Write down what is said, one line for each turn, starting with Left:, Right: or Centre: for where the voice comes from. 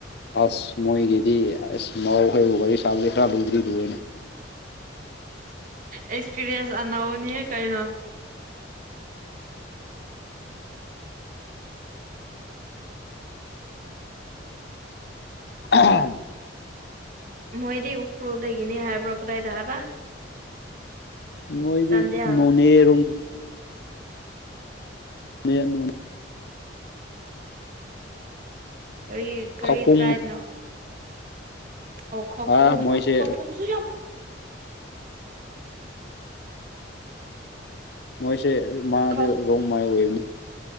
Left: ꯑꯁ ꯃꯣꯏꯒꯤꯗꯤ ꯑꯁ ꯃꯥꯎꯈꯩꯕꯨ ꯋꯥꯔꯤ ꯁꯥꯕꯗꯤ ꯈꯔ ꯂꯨꯕꯨꯗꯤ ꯂꯨꯔꯅꯦ
Right: ꯑꯦꯛꯁꯄꯤꯔꯤꯌꯦꯟꯁ ꯑꯅꯧꯕꯅꯤꯍ ꯀꯩꯅꯣ
Left: ꯑ
Right: ꯃꯣꯏꯗꯤ ꯎꯈ꯭ꯔꯨꯜꯗꯗꯒꯤꯅꯤ ꯍꯥꯏꯕ꯭ꯔꯣꯀꯗꯥꯏ ꯊꯗꯥꯕ
Left: ꯃꯣꯏꯗꯤ
Right: ꯆꯥꯟꯗꯦꯜ
Left: ꯅꯣꯅꯦꯔꯣꯨꯝꯝꯒꯅꯤ ꯃ ꯅꯣꯡ
Right: ꯀꯔꯤ ꯀꯔꯤ
Left: ꯈꯄꯨꯝ
Right: ꯇ꯭ꯔꯥꯏꯅꯣ ꯑꯣ ꯈꯄꯨꯝ
Left: ꯑꯥ ꯃꯣꯏꯁꯦ
Right: ꯑꯁ ꯈꯄꯨꯝꯁꯨ ꯌꯥꯎ
Left: ꯃꯣꯏꯁꯦ ꯃꯥꯗ
Right: ꯈꯧ
Left: ꯔꯣꯡ ꯃꯥꯏ ꯑꯣꯏꯋꯦꯕꯅꯤ